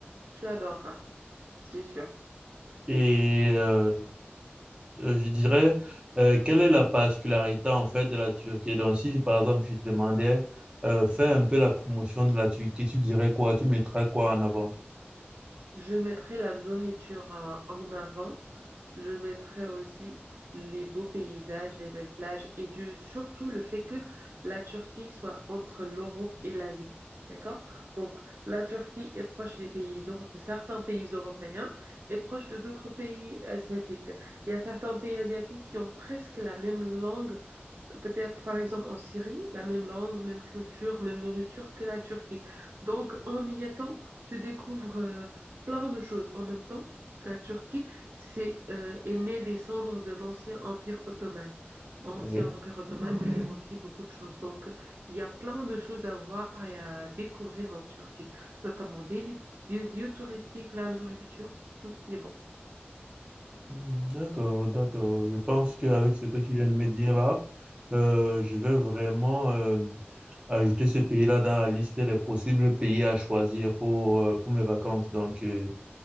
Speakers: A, on the right; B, on the right.
A: Tu adoreras, c'est sûr.
B: Et euh, euh, je dirais, euh, quelle est la particularité en fait de la Turquie? Donc si par exemple je te demandais, euh, fais un peu la promotion de la Turquie, tu dirais quoi? Tu mettrais quoi en avant?
A: Je mettrai la nourriture euh, en avant. Je mettrais aussi les beaux paysages, les belles plages et du, surtout le fait que la Turquie soit entre l'Europe et l'Asie. D'accord? Donc, la Turquie est proche des pays, euro- de certains pays européens et proche de d'autres pays asiatiques. Il y a certains pays asiatiques qui ont presque la même langue peut-être par exemple en Syrie, la même langue, même culture, même nourriture que la Turquie. Donc en y étant, tu découvres euh, plein de choses en même temps. La Turquie c'est, euh, est née des cendres de l'ancien empire ottoman. Ancien
B: Ok.
A: empire ottoman qui a conquis beaucoup de choses. Donc euh, il y a plein de choses à voir et à découvrir en Turquie, notamment des, li- des lieux touristiques, la nourriture, tout y est bon.
B: D'accord, d'accord. Je pense qu'avec ce que tu viens de me dire là, euh, je vais vraiment euh, ajouter ce pays-là dans la liste des possibles pays à choisir pour, euh, pour mes vacances. Donc, euh,